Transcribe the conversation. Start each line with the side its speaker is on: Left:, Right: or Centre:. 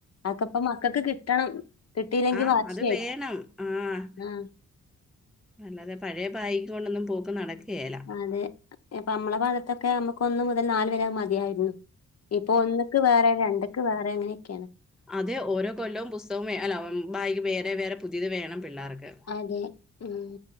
Left: അത്ക്കപ്പം മക്കക്ക് കിട്ടണം കിട്ടിയില്ലെങ്കി
Centre: ആഹ്
Left: വാശിയായി
Centre: അത് വേണം ആഹ്
Left: ആഹ്
Centre: അല്ലാതെ പഴേ ബാഗ്കൊണ്ടൊന്നും പോക്ക് നടക്യേല
Left: അതെ പ്പമ്മളെ ഭാഗത്തൊക്കെ അമ്മക്ക് ഒന്ന് മുതൽ നാല് വരെ അത് മതിയായിര്ന്നു ഇപ്പൊ ഒന്ന്ക്ക് വേറെ രണ്ട്ക്ക് വേറെ അങ്ങനെക്കേണ്
Centre: അതെ ഓരോ കൊല്ലവും പുസ്തകവും അല്ല ബാഗ് വേറെ വേറെ പുതിയത് വേണം പിള്ളാർക്ക്
Left: അതെ ഉം